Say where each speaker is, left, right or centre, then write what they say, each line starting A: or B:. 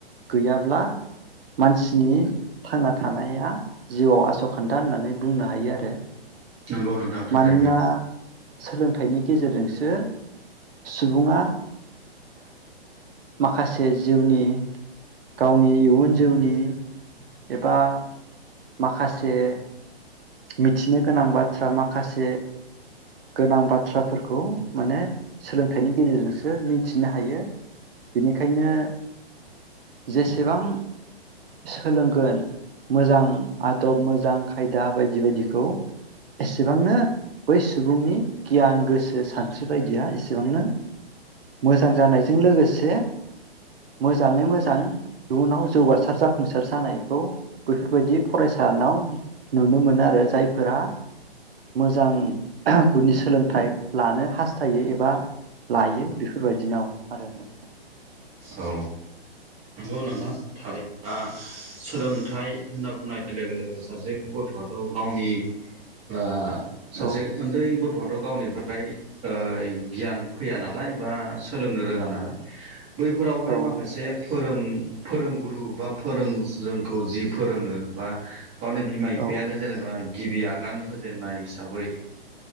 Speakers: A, on the right; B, on the right.
A: गैया ब्ला मानसिनि थांना थानाया जिउआव आस' खान्दा होननानै बुंनो हायो आरो
B: नंगौ नोंथां थारैनो
A: मानोना सोलोंथाइनि गेजेरजोंसो सुबुङा माखासे जिउनि गावनि इयुन जिउनि एबा माखासे मिथिनो गोनां बाथ्रा माखासे गोनां बाथ्राफोरखौ माने सोलोंथाइनि गेजेरजोंसो मिथिनो हायो बेनिखायनो जेसेबां सोलोंगोन मोजां आदब मोजां खायदा बायदि बायदिखौ एसेबांनो बै सुबुंनि गियान गोसो सानस्रि बायदिया एसेबांनो मोजां जानायजों लोगोसे मोजाङै मोजां इयुनाव जौगासार जाफुंसार जानायखौ बैफोरबायदि फरायसानाव नुनो मोनो आरो जायफोरा मोजां गुनि सोलोंथाइ लानो हास्थायो एबा लायो बेफोरबायदिनाव आरो नोंथां
B: औ नंगौ नों थां थारै <unintelligible> सोलोंथाय होनना बुंनाय लोगो लोगो सासे गथ'आथ' गावनि आ सासे
A: औ
B: उन्दै ग थ'आथ' गावनिफ्राय ओ गियान फैया नालाय बा सोलोंनो रोङा नालाय बैफोरावहाय
A: औ
B: माखासे फोरों फोरोंगुरु बा फोरों जोंखौ जि फोरोङो बा गावनि बिमा बिफायानो
A: औ
B: जेनेबा गिबि आगान होजेननाय हिसाबै